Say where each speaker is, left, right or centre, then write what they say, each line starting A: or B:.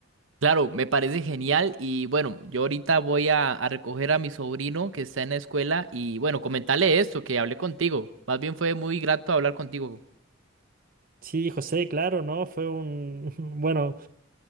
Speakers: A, on the right; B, on the right.
A: Claro, me parece genial y bueno, yo ahorita voy a, a recoger a mi sobrino que está en la escuela y bueno, comentarle esto, que hablé contigo. Más bien fue muy grato hablar contigo.
B: Sí, José, claro, ¿no? Fue un... <laughs> Bueno,